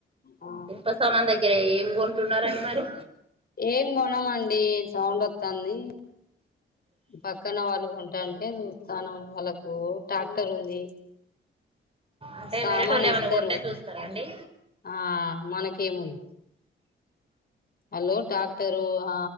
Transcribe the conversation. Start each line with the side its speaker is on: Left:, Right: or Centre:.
Left: ఆ
Right: ఇనపసామాన్ దగ్గరే ఏం కొంటున్నారని మరి
Left: ఏం కొనమండి సౌండ్ వత్తాంది పక్కన వాళ్ళు కొంటాంటే చూ తను వాళ్ళకు ట్రాక్టర్ ఉంది
Right: అంటే
Left: సామాన్
Right: వేరేటోళ్ళు ఏమైనా
Left: ఇస్తరు
Right: కొంటే చూస్తారా అండి
Left: ఆ మనకేముంది వాళ్ళు టాక్టరు ఆ